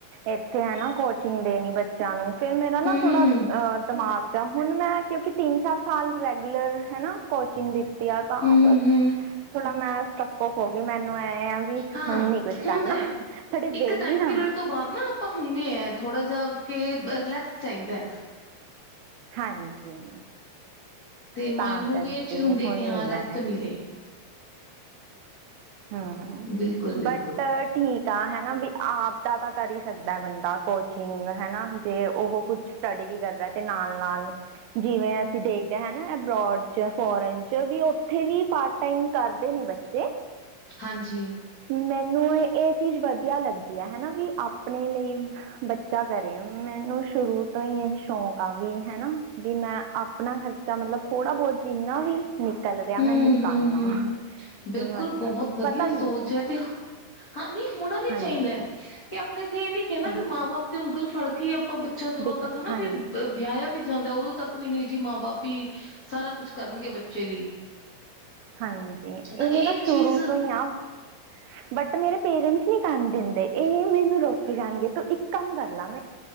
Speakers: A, on the right; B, on the left.
A: ਇੱਥੇ ਹੈ ਨਾ ਕੋਚਿੰਗ ਦੇਣੀ ਬੱਚਿਆਂ ਨੂੰ ਫੇਰ ਮੇਰਾ ਨਾ
B: ਹੂੰ
A: ਥੋੜਾ
B: ਹੂੰ ਹੂੰ
A: ਅਹ ਦਿਮਾਗ ਜਾ ਹੁਣ ਮੈਂ ਕਿਉਂਕਿ ਤਿੰਨ ਚਾਰ ਸਾਲ ਰੈਗੂਲਰ ਹਨਾ ਕੋਚਿੰਗ ਦਿੱਤੀ ਆ ਤਾਂ
B: ਹੂੰ
A: ਬਸ
B: ਹੂੰ ਹੂੰ
A: ਥੋੜਾ ਮੈਂ ਸਟੱਕ ਓਫ ਹੋ ਗਈ ਮੈਨੂੰ ਐ ਆ ਵੀ
B: ਹਾਂ
A: ਹੁਣ ਨ ਕੁਛ
B: ਹੁੰਦਾ
A: ਕਰਨਾ ਸਾਡੇ
B: ਇੱਕ
A: ਵਹਲੀ
B: ਟਾਈਮ
A: ਨਾ
B: ਪੀਰੀਅਡ ਤੋਂ ਬਾਅਦ ਨਾ ਆਪਾਂ ਹੁੰਦੇ ਆ ਥੋੜਾ ਜਾਹਾ ਕੇ ਰਿਲੈਕਸ ਚਾਹੀਦਾ ਐ।
A: ਹਾਂਜੀ
B: ਤੇ ਮਾਇੰਡ
A: ਤਾਂ
B: ਨੂੰ
A: ਕਰਕੇ
B: ਵੀ ਇਹ ਚੀਜ਼ ਹੁੰਦੀ ਹੈ
A: ਹੁਣ
B: ਕਿ ਹਾਂ
A: ਨੀ
B: ਰੈਸਟ
A: ਮੈਂ
B: ਮਿਲੇ
A: ਹਾਂ
B: ਬਿਲਕੁਲ ਬਿਲਕੁਲ
A: ਬਟ ਠੀਕ। ਤਾਂ ਹਨਾ ਵੀ ਆਪ ਦਾ ਤਾਂ ਕਰ ਹੀ ਸਕਦਾ ਬੰਦਾ ਕੋਚਿੰਗ ਹਨਾ ਜੇ ਉਹ ਕੁਛ ਸਟੱਡੀ ਵੀ ਕਰਦਾ। ਤੇ ਨਾਲ ਨਾਲ ਜਿਵੇ ਅਸੀ ਦੇਖਦੇ ਹਨਾ ਅਬਰੋਡ ਚ ਫੋਰਨ ਚ ਵੀ ਉੱਥੇ ਵੀ ਪਾਰਟ ਟਾਈਮ ਕਰਦੇ ਨੇ ਬੱਚੇ
B: ਹਾਂਜੀ
A: ਮੈਨੂੰ ਇਹ ਚੀਜ਼ ਵਧੀਆ ਲੱਗਦੀ ਹੈ ਹਨਾ ਵੀ ਆਪਣੇ ਲਈ। ਬੱਚਾ ਕਰੇ ਮੈਨੂੰ ਸ਼ੁਰੂ ਤੋਂ ਹੀ ਇਹੀ ਸ਼ੌਂਕ ਆ ਵੀ ਹਨਾ ਵੀ ਮੈਂ ਆਪ ਆਪਣਾ ਖਰਚਾ ਮਤਲਬ ਥੋੜ੍ਹਾ ਬਹੁਤ ਜਿੰਨਾ ਵੀ ਨਿਕਲ ਰਿਹਾ
B: ਹੂੰ
A: ਮੈਂ ਨਿਕਾਲਣਾ
B: ਹੂੰ ਹੂੰ ਹੂੰ ਬਿਲਕੁਲ
A: ਵੀ ਮਤਲਬ
B: ਬਹੁਤ ਵਧੀਆ
A: ਪਤਾ ਨੀ।
B: ਸੋਚ ਤੇ ਹਾਂ ਨਹੀਂ ਹੋਣਾ ਵੀ
A: ਹਾਂਜੀ
B: ਚਾਹੀਦਾ ਹੈ ਕਿ ਆਪਣੇ ਇੱਥੇ ਇਹ ਨ ਕਹਣਾ
A: ਹੂੰ
B: ਵੀ ਮਾਂ ਬਾਪ ਤੇ ਉਂਗਲ ਫੜ ਕੇ ਹੀ ਆਪਾਂ ਬੱਚਾ ਜਦੋਂ
A: ਡਿਫ
B: ਤੱਕ ਹਨਾ
A: ਹਾਂਜੀ
B: ਵੀ। ਵਿਆਹਿਆ ਵੀ ਜਾਂਦਾ ਉਦੋਂ ਤੱਕ ਵੀ ਨਹੀਂ ਜੀ ਮਾਂ ਬਾਪ ਹੀ ਸਾਰਾ ਕੁਛ ਕਰਨਗੇ ਬੱਚੇ ਲਈ।
A: ਹਾਂਜੀ
B: ਤਾਂ
A: ਇਹ ਮੇਰਾ ਸ਼ੁਰੂ
B: ਚੀਜ਼
A: ਤੋਂ ਹੀ ਆ। ਬਟ ਮੇਰੇ ਪੇਰੈਂਟਸ ਨੀ ਕਰਨ ਦਿੰਦੇ ਇਹ ਮੈਨੂੰ ਰੋਕ ਜਾਣਗੇ ਤੂੰ ਇੱਕ ਕੰਮ ਕਰ ਲਾ ਮੈਂ।